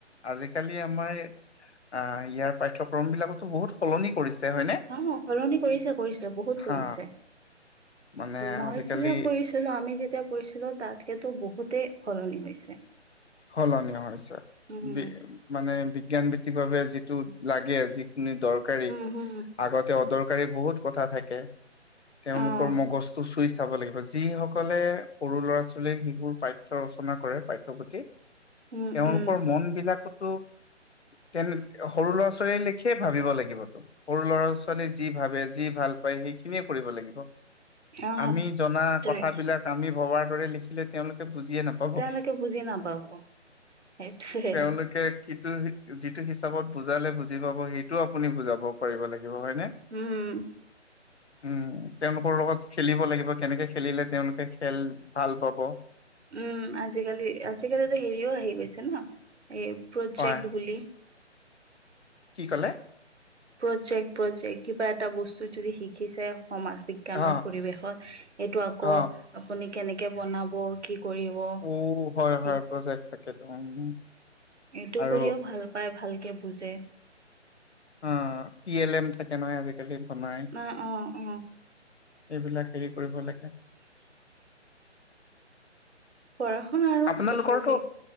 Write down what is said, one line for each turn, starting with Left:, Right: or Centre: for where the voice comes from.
Left: আজি কালি আমাৰ আহ ইয়াৰ পাঠ্যক্ৰম বিলাকতো বহুত সলনি কৰিছে। হয়নে
Right: অ', সলনি কৰিছে কৰিছে বহুত
Left: হা
Right: কৰিছে।
Left: মানে
Right: মই
Left: আজিকালি
Right: শ্ৰীত পঢ়িছিলোঁ আমি যেতিয়া পঢ়িছিলো তাতকে টো বহুতেই সলনি হৈছে।
Left: সলনী হৈছে
Right: উম।
Left: বি মানে বিজ্ঞান ভিত্তিকভাৱে যিটো লাগে যি খিনি দৰকাৰী
Right: উম হুম।
Left: আগতে অদৰকাৰী বহুত কথা থাকে। তেওঁলোকৰ
Right: অ',
Left: মগজটো চুইছে চাব লাগিব যি সকলে সৰু ল'ৰা ছোৱালীৰ শিশুৰ পাঠ্য ৰচনা কৰে পাঠ্যপুঠি
Right: উম
Left: তেওঁলোকৰ
Right: উম
Left: মন বিলাকতো তেন সৰু ল'ৰা-ছোৱালী লেখীয়া ভাবিব লাগিবতো, সৰু ল'ৰা-ছোৱালী যি ভাবে যি ভাল সেই খিনিয়ে কৰিব লাগিব
Right: অ',
Left: আমি জনা
Right: সেইটোৱে
Left: কথা বিলাক আমি ভবাৰ দৰে লিখিলে তেওঁলোকে বুজিয়ে নাপাব।
Right: তেওঁলোকে বুজি নাপাব। সেইটোৱে
Left: তেওঁলোকে সিটো যিটো হিচাপত বুজালে বুজি পাব সেইটোও আপুনি বুজাব পাৰিব লাগিব। হয়নে
Right: উম।
Left: উম তেওঁলোকৰ লগত খেলিব লাগিব, কেনেকে খেলিলে তেওঁলোকে খেল ভাল পাব।
Right: উম আজিকালি আজিকাটো হেৰিও আহি গৈছে ন এই প্ৰজেক্ট
Left: হয়,
Right: বুলি।
Left: কি ক'লে?
Right: প্ৰজেক্ট প্ৰজেক্ট কিবা এটা বস্তু যদি শিকিছে সমাজ বিজ্ঞানত,
Left: অ,
Right: পৰিৱেশত এইটো আকৌ
Left: অ,
Right: আপুনি কেনেকে বনাব কি কৰিব।
Left: ঔ হয়
Right: সেই-
Left: হয় প্ৰজেক্ট থাকেটো উম।
Right: এইটো
Left: আৰু
Right: কৰিও ভাল পায় ভালকে বুজে।
Left: অঁ ই এল এম থাকে নহয় আজিকালি। বনাই
Right: নাই অঁ অঁ।
Left: এইবিলাক হেৰি কৰিব লাগে।
Right: পঢ়া শুনা আৰু
Left: আপোনালোকৰটো
Right: অ', বি